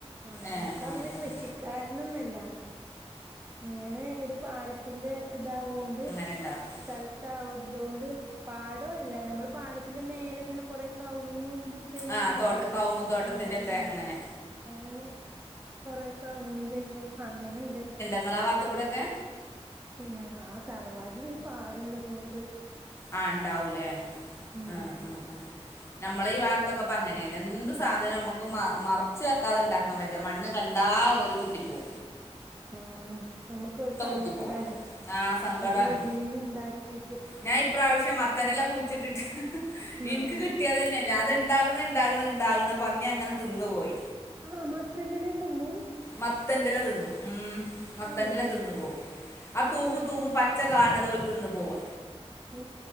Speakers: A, on the right; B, on the left.
A: അങ്ങനെ
B: ഏഹ്
A: പ്പ
B: ആഹ്
A: അങ്ങനെ
B: ആഹ്
A: കൃഷിക്കാരനൊന്ന അല്ല ഇങ്ങനെ ഒരു പാടത്തിന്റെ ഇതാവൊണ്ട്
B: <unintelligible> ണ്ടാക്കും
A: സ്ഥലത്താവതൊണ്ട് പാടോല്ല നമ്മള് പാടത്തിന്റെ മേലങ്ങനെ കൊറേ കവുങ്ങും തെങ്ങ്
B: ആ
A: ണ്ടാവൂലെ
B: തോട്ട കവുങ്ങ് തോട്ടത്തിന്റെ
A: അങ്ങനെ മൺ
B: ഒക്കെ
A: ആ
B: അങ്ങനെ
A: അങ്ങനെ കൊറെ കവുങ്ങും തെങ്ങും അങ്ങനെ ണ്ട്
B: നിങ്ങളാ വാത്ത്ക്കൂടെക്കെ
A: ഇ ഞങ്ങളാ ആ തറവാടില് ഈ പാടള്ളതോണ്ട്
B: ആ ണ്ടാവൂലേ
A: ഉം
B: ആഹ് ആഹ് ആഹ് നമ്മളെ ഈ ഭാഗത്തൊക്കെ പ്പൊ അങ്ങനെണ് എന്ത് സാധനം നമുക്ക് മ മറച്ച് വെക്കാതെ ണ്ടാക്കാൻ വജ്ജാ മണ്ണ് കണ്ടാ
A: ഉം
B: ഓല് കുത്തിപ്പൊ
A: ഉം നമുക്കൊരു സങ്കടാണ്
B: കുത്തിപ്പോവും ആ സങ്കടാണ്
A: അത് വരീം ണ്ടാക്കി
B: ഞാൻ ഇപ്രാവശ്യം മത്തന്റെല കുഴിച്ചിട്ടിട്ട് ഇൻക്ക്
A: ആഹ്
B: കിട്ടിയതെന്നെ ല്ല അത്ണ്ടാക്ണ ഇണ്ടാക്ണ ഇണ്ടാക്ണ പന്നി അങ്ങനെ തിന്ന് പോയി
A: ആ മത്തന്റെ എലേം തിന്നും
B: മത്തന്റെ എല തിന്നും ഉം മത്തന്റെ
A: ഏഹ്
B: എല തിന്ന് പോവും ആ
A: ഞാൻ
B: തൂമ്പ് തൂമ്പ് പച്ച കാണ് ണതോൽ തിന്ന്പോവാ
A: ഏഹ്